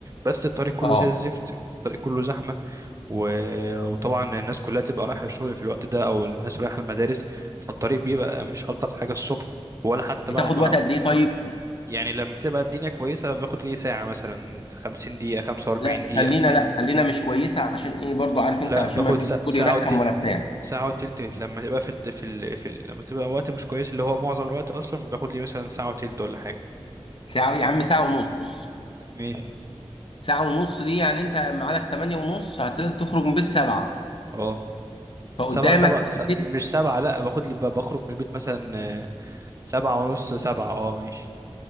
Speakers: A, on the right; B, on the left.
A: بس الطريق كله
B: اه
A: زي الزفت الطريق كله زحمه و- وطبعا الناس كلها تبقى رايحة الشغل في الوقت ده او الناس رايحة المدارس فالطريق بيبقى مش الطف حاجة الصبح ولا حتى
B: بتاخد
A: بعد ما
B: وقت
A: انا
B: قد ايه طيب
A: يعني لما تبقى الدنيا كويسة باخد لي ساعة مثلا 50 دقيقة 45
B: لا
A: دقيقة
B: خلينا لا خلينا مش كويسه عشان ايه برضو عارف
A: لا
B: انت عشان
A: باخد
B: ما فيش
A: سا-
B: دكتور
A: ساعة
B: يرخم
A: وتلت
B: ولا بتاع
A: ساعة وتلت لما تبقى في الت- في ال... في ال... لما تبقى وقت مش كويس اللي هو معظم الوقت اصلا باخد لي مثلا ساعة وتلت ولا حاجة
B: ساعه يا عم ساعه ونص
A: ماشي
B: ساعه ونص دي يعني انت ميعادك 8 ونص هتخرج من بيت 7
A: اه
B: فقدامك
A: سبعة سبعة
B: من
A: س...
B: ست-
A: مش سبعة لا باخد لي ب- بخرج من البيت مثلا آه، سبعة ونص سبعة اه ماشي